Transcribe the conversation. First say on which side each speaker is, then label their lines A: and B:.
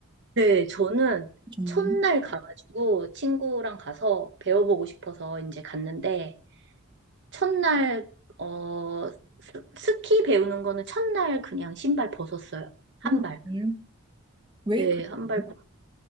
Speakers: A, on the right (about 55°); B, on the right (about 20°).
A: 네, 네, 저는
B: 정말?
A: 첫날 가가지고 친구랑 가서 배워보고 싶어서 이제 갔는데, 첫날, 어, 스- 스키 배우는 거는 첫날 그냥 신발 벗었어요. 한
B: 오,
A: 발.
B: 정말요? 웨이크보드요?
A: 네, 한발